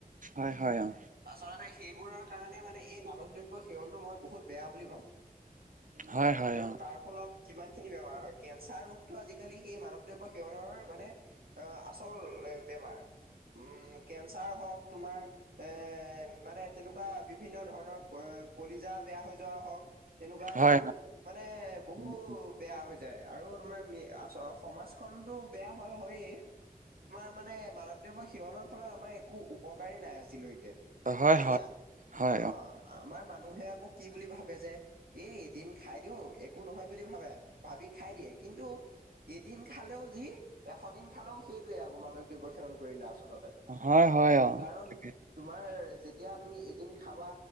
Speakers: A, on the right (about 60°); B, on the right (about 75°).
A: হয় হয় অ।
B: আচলতে সেইবোৰৰ কাৰণে মানে এই মাদক দ্ৰব্য সেৱনতটো মই বহুত বেয়া বুলি ভাব
A: হয় হয়
B: আৰু
A: অ',
B: তাৰ ফলত কিমান খিনি বেমাৰ হয় কেঞ্চাৰ ৰোগতটো আজিকালি সেই মাদক দ্ৰব্য সেৱনৰ মানে অ আচল বেমাৰ উ কেঞ্চাৰ হওঁক তোমাৰ এ মানে তেনেকুৱা বিভিন্ন ধৰণৰ কলিজা বেয়া হৈ যোৱা হওঁক তেনেকুৱা
A: হয়
B: সেইবোৰ মানে বহু
A: হয়
B: বেয়া হৈ যায় আৰু তোমাৰ মে আছ সমাজখনতো বেয়া হয় হৈয়ে তোমাৰ মানে মাদক দ্ৰব্য সিৱনৰ ফলত আমাৰ একো উপকাৰেই নাই আজিলৈকে।
A: হয়
B: বুজিছা
A: হয় হয়
B: অ আমাৰ মানুহে আকৌ কি বুলি ভাবে যে এ এদিন খাই দিওঁ একো নহয় বুলি ভাবে ভাবি খাই দিয়ে। কিন্তু এদিন খালেও যি এশ দিন খালেও সেইটোৱে আকৌ মাদক দ্ৰৱ্য সেৱন কৰিলে আচলতে।
A: অ হয় হয় অ
B: কাৰণ
A: তাকে
B: তোমাৰ যেতিয়া তুমি এদিন খাবা